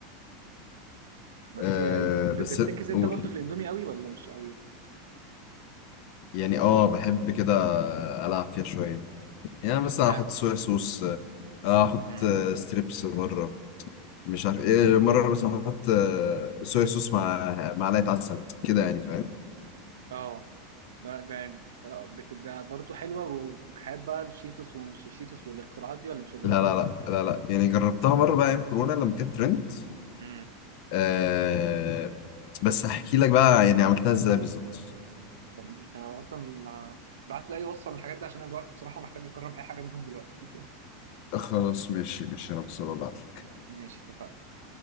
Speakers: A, on the right; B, on the left.
A: بس
B: آه
A: آه، إن- بتفتكس
B: بس
A: انت
B: قول
A: برضو في الاندومي قوي ولا مش قوي
B: يعني اه بحب كده العب فيها شويه يعني بس
A: بتاع
B: احط صويا صوص آه، احط
A: مم.
B: آه، ستريبس مره مش عارف ايه مره بس احط آه، صويا صوص مع معلقه عسل كده يعني فاهم
A: اه ب- ب- ب- بتبقى برضو حلوه وحابه الشيتوس ومش الشيتوس والاختراعات دي ولا مش الدرجه
B: لا لا لا لا لا يعني جربتها مرة بقى أيام كورونا لما كانت ترند
A: دي
B: آه بس هحكي لك بقى يعني عملتها ازاي بالظبط
A: جميل. انا اصلا بعت لي اي وصفه من الحاجات دي عشان انا دلوقتي بصراحه محتاج اجرب اي حاجه منهم دلوقتي
B: خلاص ماشي ماشي خلاص هبعت لك
A: <laughs> ماشي اتفقنا